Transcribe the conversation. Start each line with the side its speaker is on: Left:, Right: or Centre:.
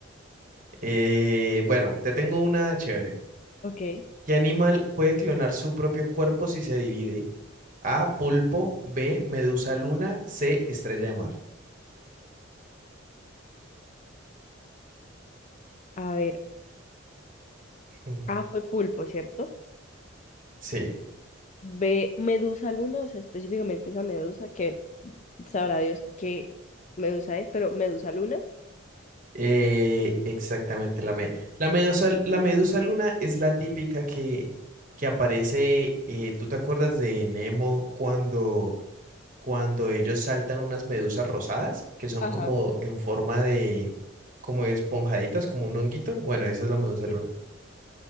Right: Eh, bueno, te tengo una chévere.
Left: Ok.
Right: ¿Qué animal puede clonar su propio cuerpo si se divide? A, pulpo, B, medusa luna, C, estrella de mar.
Left: A ver,
Right: Ujú.
Left: A fue pulpo, ¿cierto?
Right: Sí,
Left: Ve Medusa Luna, o sea, específicamente esa medusa, que sabrá Dios qué medusa es, pero Medusa Luna.
Right: eh, exactamente la, me- la medusa, la medusa luna es la típica que, que aparece, eh, ¿tú te acuerdas de Nemo cuando, cuando ellos saltan unas medusas rosadas que son
Left: Ajá.
Right: como en forma de, como de esponjaditas, como un honguito? Bueno, esa es la medusa
Left: Sí.
Right: luna.